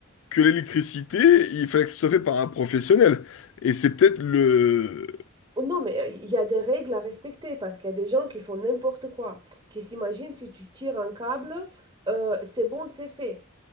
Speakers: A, on the left; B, on the right.
A: que l'électricité, il fallait que ce soit fait par un professionnel. Et c'est peut-être le...
B: Oh Non, mais euh, il y a des règles à respecter parce qu'il y a des gens qui font n'importe quoi, qui s'imaginent si tu tires un câble, euh, c'est bon, c'est fait.